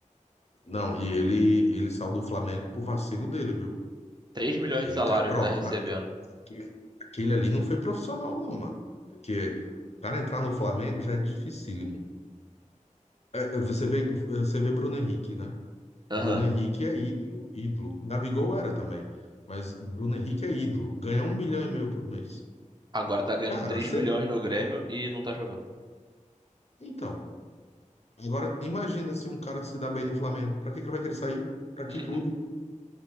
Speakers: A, on the left; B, on the right.
A: não, e ele, ele saiu do Flamengo por vacilo dele, viu?
B: 3 milhões
A: Ele,
B: de salário
A: ca- pronto,
B: ele tá recebendo.
A: aquele, aquele ali não foi profissional, não, mano. Porque o cara entrar no Flamengo já é dificílimo. É, é, você vê, você vê Bruno Henrique, né?
B: Aham.
A: Bruno Henrique é ídolo, ídolo. Gabigol era também, mas Bruno Henrique é ídolo. Ganha um milhão e meio por mês.
B: Agora tá ganhando
A: Cara,
B: 3
A: se
B: milhões
A: ele...
B: no Grêmio e não tá jogando.
A: Então, agora imagina se um cara se dá bem no Flamengo. Pra que que ele vai querer sair? Pra que
B: Uhum.
A: clube?